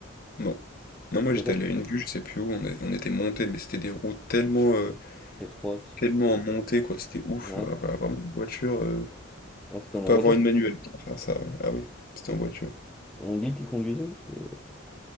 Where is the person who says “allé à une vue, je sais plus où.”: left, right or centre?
Left